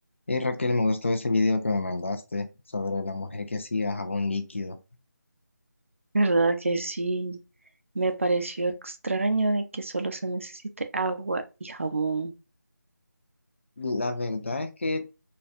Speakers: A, on the left; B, on the right.
A: Hey Raquel, me gustó ese video que me mandaste sobre la mujer que hacía jabón líquido.
B: ¿Verdad que sí? Me pareció extraño de que solo se necesite agua y jabón.
A: La verdad es que